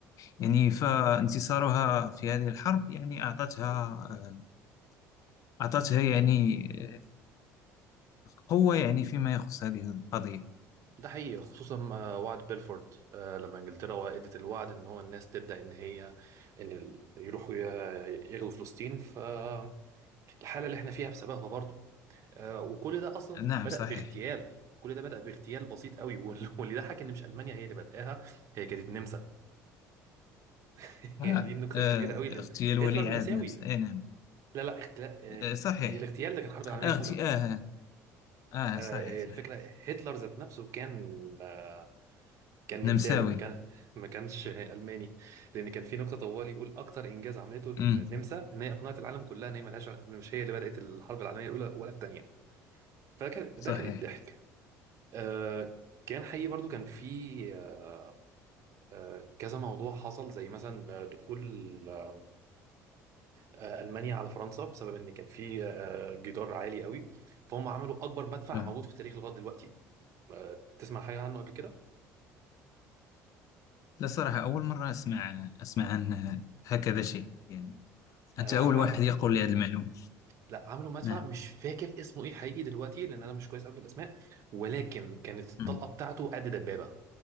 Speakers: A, on the left; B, on the right.
A: يعني فانتصارها في هذه الحرب يعني أعطتها
B: مهم.
A: آه، أعطتها يعني آه، قوة يعني فيما يخص هذه القضية
B: ده حقيقي خصوصا مع وعد بيلفورد آه، لما انجلترا وقعت الوعد ان هو الناس تبدا ان هي ان ال- يروحوا ي- يغزوا فلسطين فالحاله اللي احنا فيها بسببها برضو آه، وكل ده اصلا
A: نعم
B: بدا
A: صحيح
B: باغتيال كل ده بدا باغتيال بسيط قوي <laughs> وال- واللي ضحك ان مش المانيا هي اللي بداها هي كانت النمسا <laughs>
A: آه.
B: يعني دي النكته
A: آه.
B: الكبيره قوي لان
A: اغتيال
B: هتلر
A: ولي
B: نمساوي
A: عهد نمس آه نعم
B: لا لا اغتلا- اغت-
A: آه صحيح
B: الاغتيال ده كان الحرب العالميه
A: اغتي
B: الاولى
A: آه. آه
B: آه،
A: آه، صحيح صحيح
B: الفكره هتلر ذات نفسه كان آه، كان
A: نمساوي
B: نمساوي ما كان ما كانش الماني لان كان في نكته طوال يقول اكتر انجاز عملته النمسا
A: امم
B: ان هي اقنعت العالم كلها ان هي ملهاش عل- مش هي اللي بدات الحرب العالميه الاولى ولا الثانيه فكان
A: صحيح
B: ده كان الضحك آه كان حقيقي برضو كان في آه آه كذا موضوع حصل زي مثلا آه، دخول آه آه، المانيا على فرنسا بسبب ان كان في آه آه، جدار عالي قوي فهم عملوا اكبر مدفع
A: آه.
B: موجود في التاريخ لغايه دلوقتي آه تسمع حاجه عنه قبل كده
A: لا صراحة أول مرة أسمع أسمع عن آه، هكذا شيء يعني أنت
B: آه
A: أول
B: عام
A: واحد يقول لي هذه المعلومة
B: لا عملوا مدفع
A: نعم
B: مش فاكر اسمه ايه حقيقي دلوقتي لان انا مش كويس قوي في الاسماء ولكن كانت الطلقه
A: مم.
B: بتاعته قد دبابه